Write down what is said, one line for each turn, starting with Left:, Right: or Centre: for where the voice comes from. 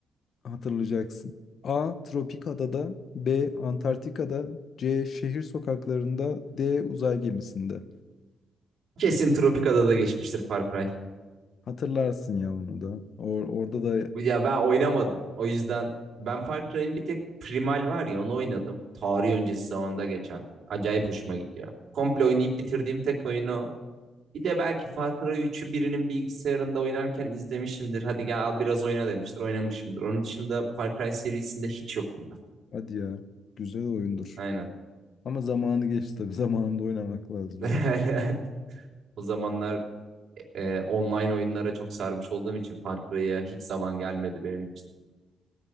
Left: hatırlayacaksın. A. Tropik Adada B. Antarktika'da C. Şehir sokaklarında D. Uzay gemisinde.
Right: Kesin Tropikada'da geçmiştir Far Cry.
Left: Hatırlarsın ya onu da. Or- orada da
Right: Ya ben oynamadım. O yüzden ben Far Cry'in bir tek Primal var ya onu oynadım. Tarih öncesi zamanda geçen. Acayip hoşuma gidiyor. Komple oynayıp bitirdiğim tek oyunu. o. Bir de belki Far Cry üçü birinin bilgisayarında oynarken izlemişimdir. Hadi gel al biraz oyna demiştir. Oynamışımdır. Onun dışında Far Cry serisinde hiç yokum ben.
Left: hadi ya güzel oyundur.
Right: Aynen.
Left: Ama zamanı geçti tabii. <laughs> Zamanında oynamak lazımdı.
Right: <laughs> O zamanlar e, online oyunlara çok sarmış olduğum için Far Cry'a hiç zaman gelmedi benim için.